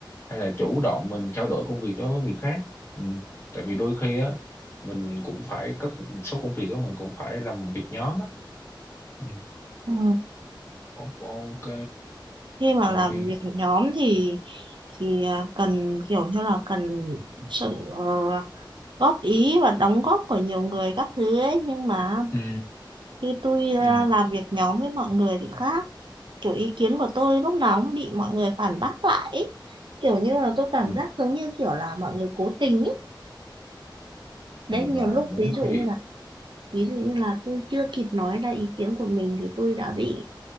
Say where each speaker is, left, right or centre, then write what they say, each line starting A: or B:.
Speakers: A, on the left (about 30°); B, on the right (about 70°).
A: hay là chủ động mình trao đổi công việc đó với người khác ừ. tại vì đôi khi á mình cũng phải có một số công việc đó mình cũng phải làm việc nhóm á ừ.
B: ừ.
A: ok
B: khi mà
A: rồi
B: làm việc nhóm thì thì à, cần kiểu như là cần sự ờ, góp ý và đóng góp của nhiều người các thứ ấy nhưng mà
A: ừ.
B: khi tôi à,
A: Ừ.
B: làm việc nhóm với mọi người thì khác kiểu ý kiến của tôi lúc nào cũng bị mọi người phản bác lại ấy. kiểu như là tôi cảm
A: Ừ.
B: giác giống như kiểu là mọi người cố tình ấy đấy
A: thì
B: nhiều
A: bà
B: lúc
A: muốn
B: ví dụ
A: khi
B: như là ví dụ như là tôi chưa kịp nói ra ý kiến của mình thì tôi đã bị